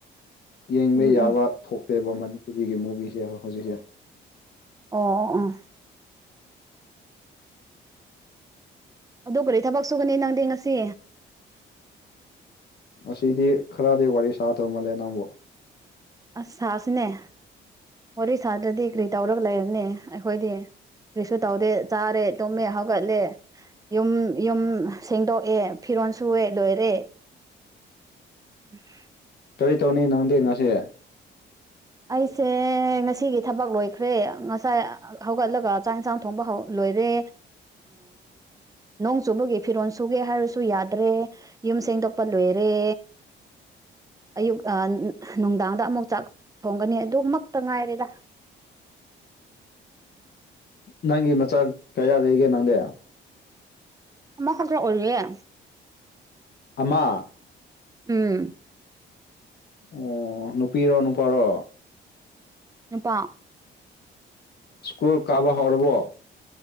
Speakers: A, on the left; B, on the right.
A: ꯌꯦꯡꯕ
B: ꯎꯝ
A: ꯌꯥꯕ
B: ꯎꯝ
A: ꯊꯣꯛꯇꯦꯕ ꯃꯅꯤꯄꯨꯔꯤꯒꯤ ꯃꯨꯕꯤꯁꯦ ꯍꯧꯖꯤꯛꯁꯦ
B: ꯑꯣ ꯑꯣ ꯑꯗꯨ ꯀꯔꯤ ꯊꯕꯛ ꯁꯨꯒꯅꯤ ꯅꯪꯗꯤ ꯉꯁꯤ
A: ꯉꯁꯤꯗꯤ ꯈꯔꯗꯤ ꯋꯥꯔꯤ ꯁꯥꯗꯧ ꯃꯥꯜꯂꯦ ꯅꯪꯕꯨ
B: ꯑꯁ ꯁꯥꯁꯤꯅꯦ ꯋꯥꯔꯤ ꯁꯥꯗ꯭ꯔꯗꯤ ꯀꯔꯤ ꯇꯧꯔꯒ ꯂꯩꯔꯕꯅꯦ ꯑꯩꯈꯣꯏꯗꯤ ꯀꯔꯤꯁꯨ ꯇꯧꯗꯦ ꯆꯥꯔꯦ ꯇꯨꯝꯃꯦ ꯍꯧꯒꯠꯂꯦ ꯌꯨꯝ ꯌꯨꯝ ꯁꯦꯡꯗꯣꯛꯑꯦ ꯐꯤꯔꯣꯟ ꯁꯨꯋꯦ ꯂꯣꯏꯔꯦ <inaudible>
A: ꯀꯔꯤ ꯇꯧꯅꯤ ꯅꯪꯗꯤ ꯉꯁꯤ?
B: ꯑꯩꯁꯦ ꯉꯁꯤꯒꯤ ꯊꯕꯛ ꯂꯣꯏꯈ꯭ꯔꯦ ꯉꯁꯥꯏ ꯍꯧꯒꯠꯂꯒ ꯆꯥꯛ ꯏꯟꯁꯥꯡ ꯊꯣꯡꯕ ꯂꯣꯏꯔꯦ꯫ ꯅꯣꯡ ꯆꯨꯕꯒꯤ ꯐꯤꯔꯣꯜ ꯁꯨꯒꯦ ꯍꯥꯏꯔꯁꯨ ꯌꯥꯗ꯭ꯔꯦ꯫ ꯌꯨꯝ ꯁꯦꯡꯗꯣꯛꯄ ꯂꯣꯏꯔꯦ ꯑꯌꯨꯛ ꯅꯨꯡꯗꯥꯡꯗ ꯑꯃꯨꯛ ꯆꯥꯛ ꯊꯣꯡꯒꯅꯤ ꯑꯗꯨꯃꯛꯇ ꯉꯥꯏꯔꯦꯗ꯫
A: ꯅꯪꯒꯤ ꯃꯆꯥꯥꯛ ꯀꯌꯥ ꯂꯩꯒꯦ ꯅꯪꯗꯤ?
B: ꯑꯃ ꯈꯛꯇ ꯑꯣꯏꯌꯦ꯫
A: ꯑꯃ
B: ꯎꯝ
A: ꯑꯣ ꯅꯨꯄꯤꯔꯣ, ꯅꯨꯄꯥꯔꯣ?
B: ꯅꯨꯄꯥ꯫
A: ꯁ꯭ꯀꯨꯜ ꯀꯥꯕꯥ ꯍꯧꯔꯕꯣ?